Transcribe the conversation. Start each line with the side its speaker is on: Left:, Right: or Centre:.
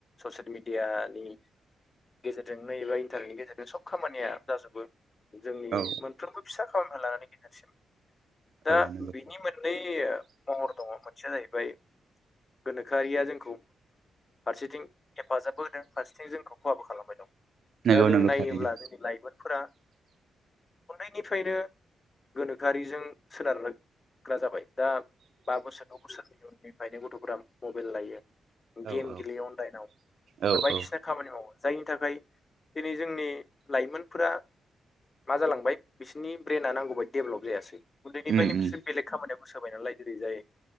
Left: ससियेल मिडिया नि। गेजेरजों नै एबा इन्टारनेटनि गेजेरजों सब खामानिया जाजोबो। जोंनि
Right: औ
Left: मोनफ्रोमबो फिसा खामानिफ्राय लानानै गिदेरसिम। दा
Right: औ नंगौ
Left: बिनि मोननै महर दङ मोनसेया जाहै बाय गोनोखोआरिया जोंखौ। फारसेथिं हेफाजाबबो होदों फारसेथिं जोंखौ खहाबो खालामबाय दं।
Right: नंगौ
Left: दाजों
Right: नंगौ
Left: नायोब्ला
Right: थारैनो
Left: जोंनि लाइमोनफोरा उन्दैनिफ्रायनो गोनोखोआरिजों सोनारो। ग्रा जाबाय दा बा बोसोर द' बोसोरनि उननिफ्रायनो गथ'फोरा मबाइल लायो।
Right: औ
Left: गेम
Right: औ
Left: गेलेयो अनलाइनाव
Right: औ
Left: बा बायदिसिना
Right: औ
Left: खामानि मावो जायनि थाखाय दिनै जोंनि लाइमोनफोरा मा जालांबाय बिसिनि ब्रेना नांगौबादि डेभलप जायासै। उन्दैनिफ्रायनो
Right: उम उम
Left: बिसोर बेलेग खामानियाव गोसो होबाय नालाय जेरै जायो।